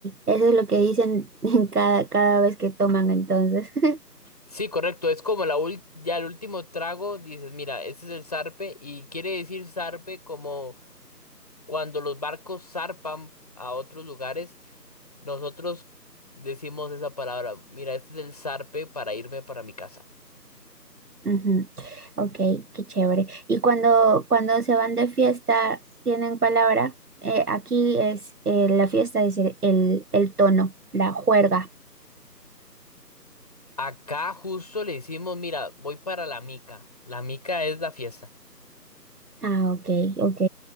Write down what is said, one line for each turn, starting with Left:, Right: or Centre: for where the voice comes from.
Right: Eso es lo que dicen <laughs> en cada, cada vez que toman entonces. <laughs>
Left: Sí, correcto, es como la ul- ya el último trago, dices, mira, este es el zarpe y quiere decir zarpe como cuando los barcos zarpan a otros lugares Nosotros decimos esa palabra, mira, este es el zarpe para irme para mi casa.
Right: Ujú. Ok, qué chévere. Y cuando, cuando se van de fiesta, tienen palabra. Eh, aquí es eh, la fiesta, es el, el, el tono, la juerga.
Left: Acá justo le decimos, mira, voy para la mica. La mica es la fiesta.
Right: Ah, ok, ok.